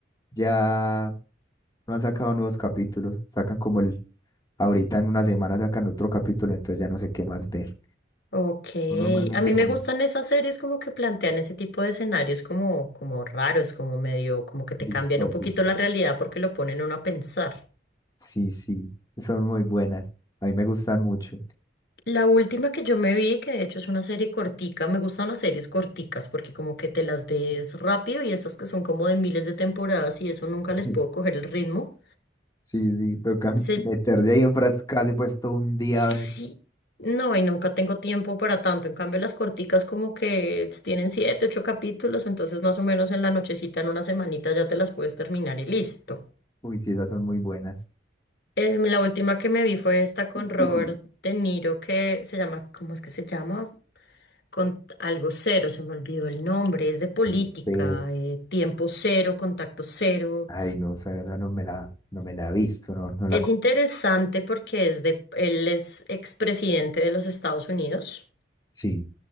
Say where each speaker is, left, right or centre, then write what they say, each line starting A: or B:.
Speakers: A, on the left (about 20°); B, on the left (about 60°).
A: ya no han sacado nuevos capítulos. Sacan como el Ahorita en una semana sacan otro capítulo, entonces ya no sé qué más ver.
B: Ok.
A: Son normalmente
B: A mí
A: como
B: me gustan esas series como que plantean ese tipo de escenarios como, como raros, como medio, como que te
A: distópicos.
B: cambian un poquito la realidad porque lo ponen uno a pensar.
A: Sí, sí, son muy buenas. A mí me gustan mucho.
B: La última que yo me vi, que de hecho es una serie cortica, me gustan las series corticas porque como que te las ves rápido y esas que son como de miles de temporadas y eso nunca les
A: <laughs>
B: puedo coger el ritmo.
A: Sí, sí, toca
B: Se
A: <laughs> meterse ahí en frascas y pues todo un día
B: Sí,
A: a ver.
B: no, y nunca tengo tiempo para tanto. En cambio, las corticas como que tienen siete, ocho capítulos, entonces más o menos en la nochecita, en una semanita ya te las puedes terminar y listo.
A: Uy, sí, esas son muy buenas.
B: Em, la última que me vi fue esta con
A: <laughs>
B: Robert
A: Ujú.
B: De Niro que se llama, ¿cómo es que se llama? Con algo cero, se me olvidó el nombre, es de política,
A: Yo sé.
B: eh, tiempo cero, contacto cero.
A: Ay, no, esa, esa no me la, no me la he visto, no, no la
B: Es
A: con-
B: interesante porque es de, él es expresidente de los Estados Unidos.
A: Sí.